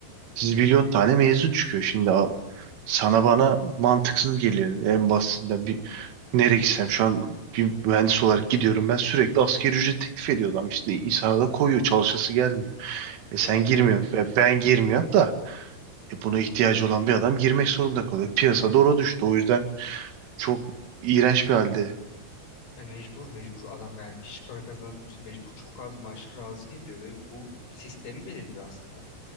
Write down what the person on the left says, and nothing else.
Yani
evet.
E mecbur mecbur adam yani hiç para kazanamıyorsa mecbur çok az maaşa razı geliyor ve bu sistemi belirliyor aslında.